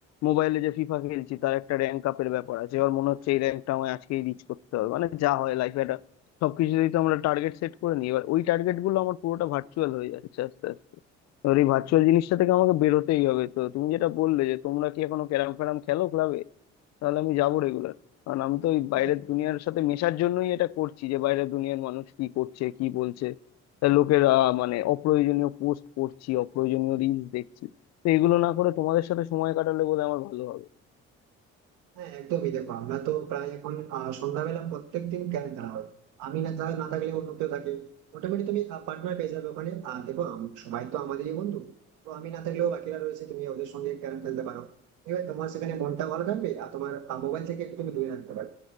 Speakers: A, on the left (about 60°); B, on the right (about 85°).
A: মোবাইলে যে ফিফা খেলছি তার একটা র্যাঙ্ক আপের ব্যাপার আছে এবার মনে হচ্ছে এই র্যাঙ্কটা আমায় আজকেই রিচ করতে হবে মানে যা হয় লাইফে সবকিছুতেই তো আমরা টার্গেট সেট করে নিই এবার ওই টার্গেট গুলো আমার পুরোটা ভার্চুয়াল হয়ে যাচ্ছে আস্তে আস্তে এবার এই ভার্চুয়াল জিনিসটা থেকে আমাকে বেরোতেই হবে তো তুমি যেটা বললে যে তোমরা কি এখনো ক্যারাম ফ্যারাম খেলো ক্লাবে তাহলে আমি যাবো রেগুলার কারণ আমি তো ওই বাইরের
B: তাহলে
A: দুনিয়ার সাথে মেশার জন্যই এটা করছি যে বাইরের দুনিয়ার মানুষ কি করছে কি বলছে তা লোকেরা মানে অপ্রয়োজনীয় পোস্ট করছি অপ্রয়োজনীয় রিলস দেখছি তো এগুলো না করে তোমাদের সাথে সময় কাটালে বোধহয় আমার ভালো হবে
B: হ্যাঁ একদমই দেখো আমরা তো প্রায় এখন আহ, সন্ধ্যাবেলা প্রত্যেকদিন ক্যারেম খেলা হয় আমি না থা- না থাকলে অন্য কেউ থাকে মোটামুটি তুমি পার্টনার পেয়ে যাবে ওখানে আর দেখো আম- সবাই তো আমাদেরই বন্ধু তো আমি না থাকলেও বাকিরা রয়েছে তুমি ওদের সঙ্গে ক্যারেম খেলতে পারো এবার তোমার সেখানে মনটা ভালো থাকবে আর তোমার মোবাইল থেকে একটু তুমি দূরে রাখতে পারবে